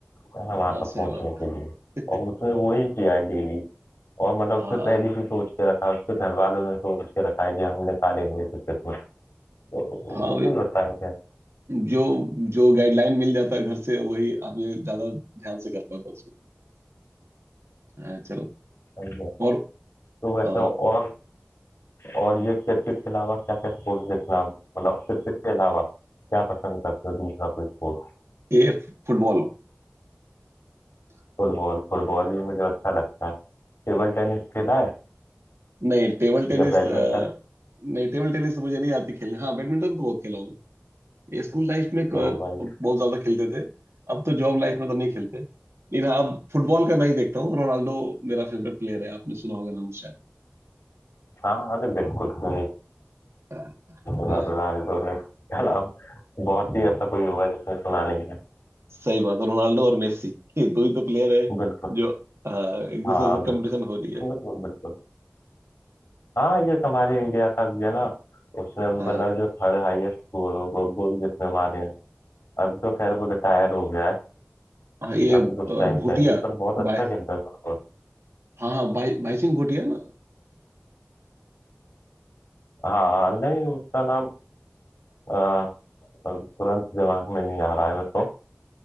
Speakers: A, on the left (about 80°); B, on the right (about 85°).
A: है ना
B: हाँ
A: वहां तक
B: सही
A: पहुंचने
B: बात
A: के लिए और
B: <laughs>
A: उसने वो ही किया है डेली और मतलब
B: हाँ
A: उसने पहले से सोच के रखा है उसके घर वालों ने सोच के रखा है कि हम निकालेंगे क्रिकेट में तो
B: हाँ
A: वो
B: वे-
A: भी होता है खैर,
B: जो जो गाइडलाइन मिल जाता है घर से वही आदमी ज्यादा ध्यान से कर पाता है उसमें हाँ, चलो
A: सही है
B: और
A: तो वैसे
B: आ,
A: और और ये क्रिकेट के अलावा क्या क्या स्पोर्ट्स देखना मतलब क्रिकेट के अलावा क्या पसंद करते हो दूसरा कोई स्पोर्ट
B: ये फुटबॉल
A: फुटबॉल फुटबॉल भी मुझे अच्छा लगता है टेबल टेनिस खेला है
B: नहीं टेबल टेनिस
A: या बैडमिंटन
B: अ, नहीं टेबल टेनिस तो मुझे नहीं आती खेलने हाँ बैडमिंटन तो बहुत खेला हूँ ये स्कूल लाइफ में
A: तो
B: क-
A: भाई
B: बहुत ज्यादा खेलते थे अब तो जॉब लाइफ में तो नहीं खेलते लेकिन हाँ, अब फुटबॉल का मैच देखता हूँ रोनाल्डो मेरा फेवरेट प्लेयर है आपने सुना होगा नाम शायद
A: हाँ अरे बिल्कुल क्यों नहीं
B: हाँ हाँ
A: सुना तो
B: हाँ।
A: रोनाल्डो ने क्या नाम बहुत ही ऐसा कोई होगा जिसने सुना नहीं है
B: सही बात है रोनाल्डो और मेसी ये दो ही तो प्लेयर है
A: बिल्कुल
B: जो हाँ, एक दूसरे
A: हाँ
B: से
A: बिल्कुल
B: कंपटीशन हो रही है
A: बिल्कुल बिल्कुल हाँ ये एक हमारे इंडिया का भी है ना उसने भी
B: हाँ
A: मतलब
B: हाँ
A: जो थर्ड हाईएस्ट गोल हो गो, गोल जिसने मारे हैं अभी तो खैर वो रिटायर हो गया है
B: हाँ, ये
A: अभी कुछ
B: अ,
A: टाइम
B: भूटिया
A: पहले ही पर बहुत अच्छा
B: भाई
A: खेलता है सुपर
B: हाँ हाँ भाई भाई सिंह भूटिया ना
A: हाँ नहीं उसका नाम अ, तुरंत दिमाग में नहीं आ रहा है मेरे को